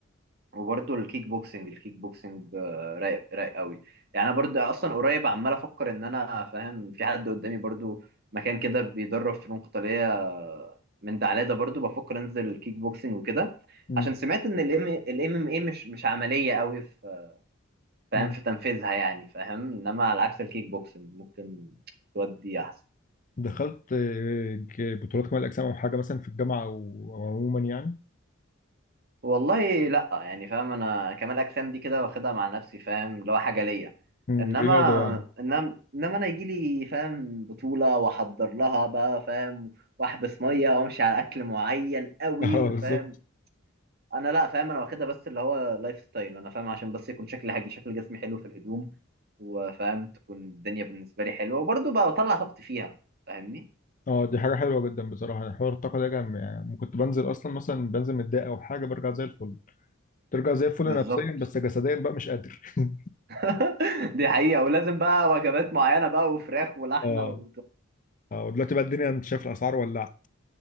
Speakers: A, on the right; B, on the left.
A: وبرضه الكيك بوكسنج الكيك بوكسنج آه، رايق رايق قوي يعني انا برضه اصلا قريب عمال افكر ان انا فاهم في حد قدامي برضه مكان كده بيدرب فنون قتاليه آه، من دعلادة برضه بفكر انزل الكيك بوكسنج وكده
B: مم.
A: عشان سمعت ان الام الام ام اي مش مش عمليه قوي في فاهم
B: مم.
A: في تنفيذها يعني فاهم انما على عكس الكيك بوكسنج ممكن تودي احسن
B: دخلت آه، ج- بطولات كمال الاجسام او حاجه مثلا في الجامعه او أو عموما يعني
A: والله لا يعني فاهم انا كمال اجسام دي كده واخدها مع نفسي فاهم اللي هو حاجه ليا
B: مم.
A: انما
B: رياضه يعني
A: انما انما انا يجي لي فاهم بطوله واحضر لها بقى فاهم واحبس ميه وامشي على اكل معين قوي
B: <laughs> اه
A: وفاهم
B: بالظبط
A: انا لا فاهم انا واخدها بس اللي هو لايف ستايل انا فاهم عشان بس يكون شكلي حاجي شكل جسمي حلو في الهدوم وفاهم تكون الدنيا بالنسبه لي حلوه وبرضه بقى بطلع طاقتي فيها فاهمني
B: اه دي حاجة حلوة جدا بصراحة يعني حوار الطاقة ده جامد يعني كنت بنزل أصلا مثلا بنزل متضايق أو حاجة برجع زي الفل ترجع زي الفل
A: بالظبط
B: نفسيا بس جسديا بقى مش قادر <laughs>
A: <laughs> دي حقيقة ولازم بقى وجبات معينة بقى وفراخ ولحمة
B: اه اه ودلوقتي بقى الدنيا أنت شايف الأسعار ولعت